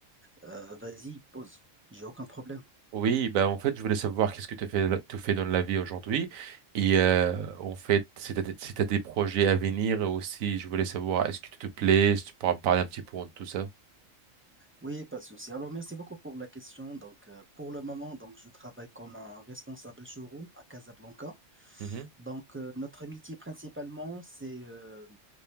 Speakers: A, on the right (about 15°); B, on the right (about 85°).
A: euh, vas-y, pose. J'ai aucun problème.
B: Oui, bah en fait, je voulais savoir qu'est-ce que tu fais, tu fais dans la vie aujourd'hui et euh, en fait, si tu si t'as des projets à venir aussi, je voulais savoir est-ce que tu te plais, si tu pourras me parler un petit peu de tout ça.
A: Oui, pas de souci. Alors, merci beaucoup pour la question. Donc, euh, pour le moment, donc, je travaille comme un responsable showroom à Casablanca.
B: Mm-hmm.
A: Donc, euh, notre métier principalement, c'est euh,